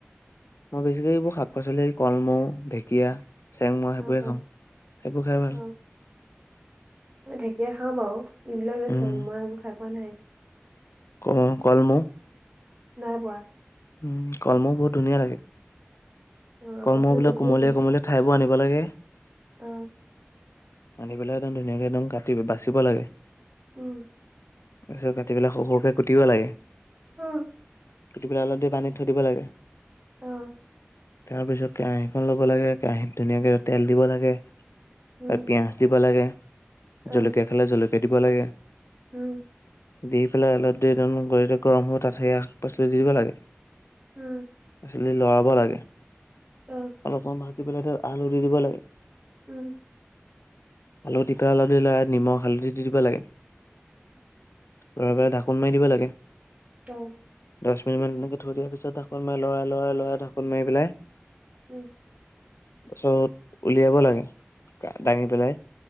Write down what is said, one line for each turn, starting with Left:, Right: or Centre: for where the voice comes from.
Left: মই বেছিকৈ এইবোৰ শাক পাচলি কলমৌ, ঢেকীয়া, চেংমৰা সেইবোৰে
Right: অ অ অ অ
Left: খাওঁ। এইবোৰ খাই ভাল
Right: অ মই ঢেকীয়া খাওঁ বাৰু এইবিলাক যে
Left: উম
Right: চেংমৰা এইবোৰ খাই পোৱা নাই।
Left: ক কলমৌ?
Right: নাই পোৱা
Left: উম কলমৌ বহুত ধুনীয়া লাগে।
Right: অ
Left: কলমৌ
Right: বস্তুটো
Left: বিলাক
Right: দেখিও
Left: কোমলীয়া
Right: পোৱা নাই
Left: কোমলীয়া ঠাৰিবোৰ আনিব লাগে।
Right: অ
Left: আনি পেলাই একদম ধুনীয়াকৈ একদম কাটি বাচিব লাগে।
Right: উম।
Left: তাৰপিছত কাটি পেলাই সৰু সৰুকৈ কুটিব লাগে।
Right: অ
Left: কুটি পেলাই অলপ দেৰি পানীত থৈ দিব লাগে।
Right: অঁ।
Left: তাৰপিছত কেৰাহীখন ল'ব লাগে কেৰাহীত ধুনীয়াকৈ তেল দিব লাগে
Right: উম
Left: তাত পিঁয়াজ দিব লাগে, জলকীয়া
Right: অ
Left: খালে জলকীয়া দিব লাগে।
Right: উম।
Left: দি পেলাই অলপ দেৰি গৰম হ'ব তাত সেই শাক পাচলি দি দিব লাগে।
Right: উম।
Left: খালি লৰাব লাগে।
Right: অঁ।
Left: অলপমান ভাজি পেলাই তাত আলু দি দিব লাগে।
Right: উম।
Left: আলু দি পেলাই তাত নিমখ হালধি দি দিব লাগে। লৰাই পেলাই ঢাকোন মাৰি দিব লাগে।
Right: অ।
Left: দহ মিনিটমান এনেকৈ থৈ দিয়াৰ পিছত ঢাকোন মাৰি লৰাই লৰা লৰাই ঢাকো মাৰি পেলাই
Right: উম।
Left: তাৰপিছত উলিয়াব লাগে। দাঙি পেলাই